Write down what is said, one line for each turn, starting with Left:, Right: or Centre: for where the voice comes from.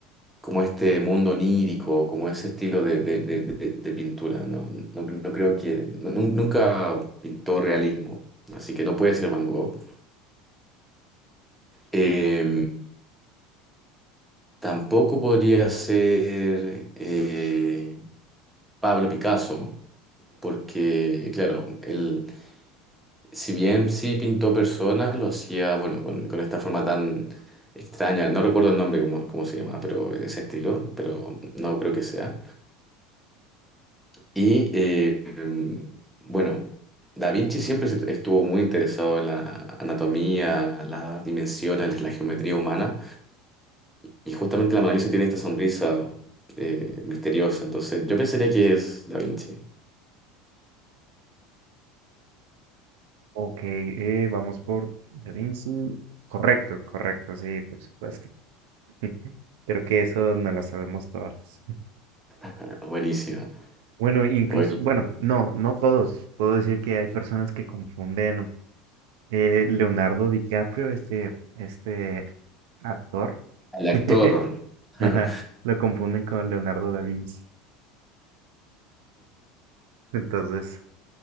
Centre: como este mundo onírico, como ese estilo de, de- de- de- de pintura. No, no, no creo que... nu- nu- nunca pintó realismo, así que no puede ser Van Gogh. Eh, tampoco podría ser eh, Pablo Picasso, porque, claro, él, si bien sí pintó personas, lo hacía, bueno, con, con esta forma tan extraña, no recuerdo el nombre, cómo, cómo se llamaba, pero ese estilo, pero no creo que sea. Y eh, em, bueno, Da Vinci siempre se- estuvo muy interesado en la anatomía, las dimensiones, la geometría humana. Y justamente la Mona Lisa tiene esta sonrisa eh, misteriosa. Entonces, yo pensaría que es Da Vinci.
Right: Ok, eh, vamos por Da Vinci. Correcto, correcto, sí, por supuesto. <laughs> Creo que eso no lo sabemos todos.
Centre: <laughs> Buenísima.
Right: Bueno, incluso,
Centre: Bueno,
Right: bueno, no, no todos. Puedo decir que hay personas que confunden eh, Leonardo DiCaprio, este, este actor,
Centre: el actor.
Right: <laughs>
Centre: <laughs>
Right: ajá, lo confunden con Leonardo da Vinci. Entonces,